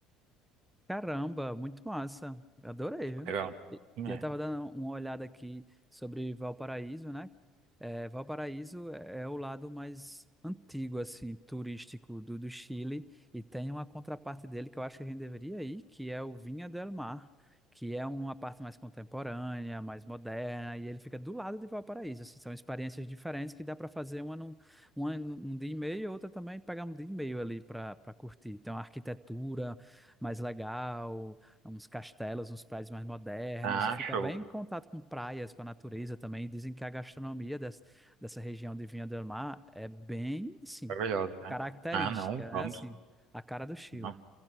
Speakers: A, in the centre; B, on the right.
A: Caramba, muito massa. Adorei. viu?
B: Legal.
A: E
B: É.
A: e eu estava dando uma olhada aqui sobre Valparaíso, né? É, Valparaíso é é o lado mais antigo, assim, turístico do, do Chile e tem uma contraparte dele que eu acho que a gente deveria ir, que é o Viña del Mar, que é uma parte mais contemporânea, mais moderna e ele fica do lado de Valparaíso. assim, são experiências diferentes que dá para fazer uma num, uma num dia e meio, outra também pegar um dia e meio ali para para curtir. Então, a arquitetura mais legal, uns castelos, uns prédios mais modernos,
B: Ah,
A: e fica
B: show.
A: bem em contato com praias, com a natureza também. Dizem que a gastronomia des, dessa região de Vinha del Mar é bem, assim,
B: Maravilhosa, né?
A: característica,
B: Ah, não,
A: né?
B: vamos.
A: Assim, a cara do Chile.
B: Não,